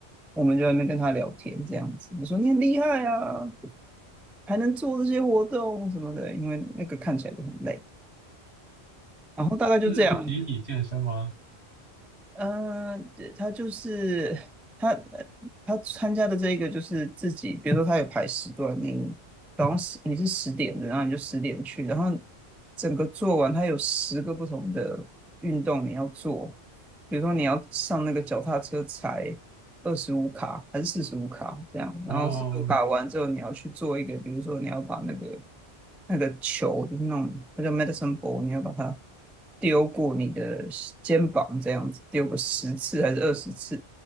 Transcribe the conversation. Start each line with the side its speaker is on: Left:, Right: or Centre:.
Centre: 我们就在那边跟她聊天，这样子。我说你很厉害啊，还能做这些活动什么的，因为那个看起来就很累。然后大概就这样，
Right: 是集体健身吗？
Centre: 嗯，他就是他，呃他参加的这个就是自己，比如说他有排时段，你早上十你是十点的，然后你就十点去，然后整个做完，他有十个不同的运动你要做，比如说你要上那个脚踏车踩二十五卡还是四十五卡这样，然后四十五卡完之后你要去做一个，
Right: 哦，
Centre: 比如说你要把那个那个球，就是那种那叫 medicine ball，你要把它丢过你的肩膀，这样子丢个十次还是二十次。